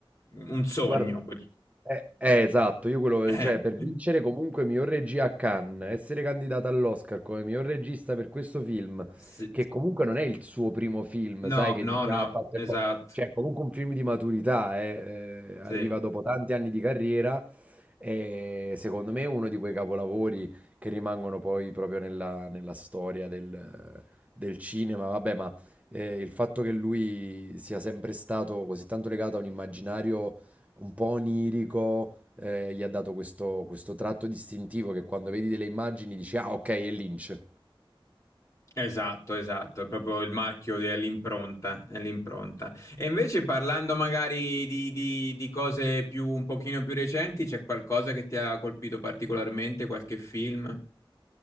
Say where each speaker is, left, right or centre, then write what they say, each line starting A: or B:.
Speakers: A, on the left (about 35°); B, on the right (about 15°).
A: un sogno.
B: Guarda,
A: quel-
B: eh, eh, esatto, io quello,
A: <laughs>
B: cioè per vincere comunque miglior regia a Cannes, essere candidata all'Oscar come miglior regista per questo film,
A: Sì.
B: che comunque non è il suo primo film, sai,
A: No,
B: che
A: no,
B: dice,
A: no,
B: ah, ha fatto
A: esatto,
B: il bo-". Cioè, comunque un film di maturità, eh, eh, arriva
A: sì,
B: dopo tanti anni di carriera e secondo me è uno di quei capolavori che rimangono poi proprio nella, nella storia del, del cinema, vabbè, ma eh, il fatto che lui sia sempre stato così tanto legato a un immaginario un po' onirico, eh, gli ha dato questo, questo tratto distintivo che quando vedi delle immagini dici, ah, ok, è Lynch.
A: esatto, esatto, è proprio il marchio dell'impronta, è l'impronta. E invece parlando magari di, di- di cose più, un pochino più recenti, c'è qualcosa che ti ha colpito particolarmente, qualche film?